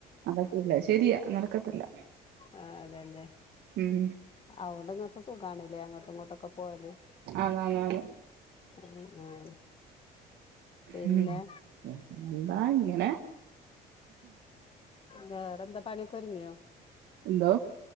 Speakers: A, on the right (about 80°); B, on the left (about 35°).
A: നടക്കില്ല ശരിയാ നടക്കത്തില്ല
B: ആ അതന്നെ
A: ഉം
B: അതൊണ്ട് ഇങ്ങക്ക് സുഖാണല്ലേ അങ്ങോട്ടും ഇങ്ങോട്ടൊക്കെ പോയല്.
A: ആന്നാന്ന് ആന്ന്
B: ഉം ഉം പിന്നെ
A: ഉം എന്താ ഇങ്ങനെ
B: വെറന്ത പണിയെക്കെ ഒരുങ്ങിയോ?
A: എന്തോ